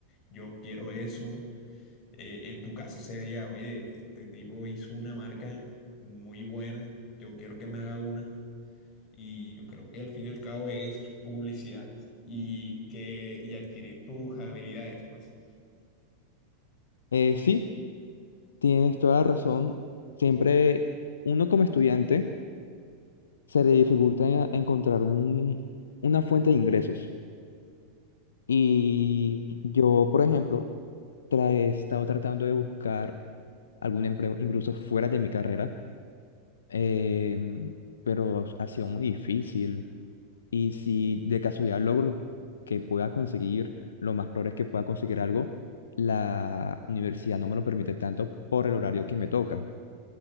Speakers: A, on the left; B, on the left.
A: yo quiero eso. Eh, en tu caso sería, oye, este tipo hizo una marca muy buena, yo quiero que me haga una. Y yo creo que al fin y al cabo es publicidad y, que, y adquirir tus habilidades, pues.
B: Eh, sí, tienes toda la razón. Siempre uno como estudiante se le dificulta a- encontrar un, una fuente de ingresos. Y yo, por ejemplo, tra- he estado tratando de buscar algún empleo incluso fuera de mi carrera eh, pero ha sido muy difícil. Y si de casualidad logro que pueda conseguir, lo más probable es que pueda conseguir algo, la universidad no me lo permite tanto por el horario que me toca.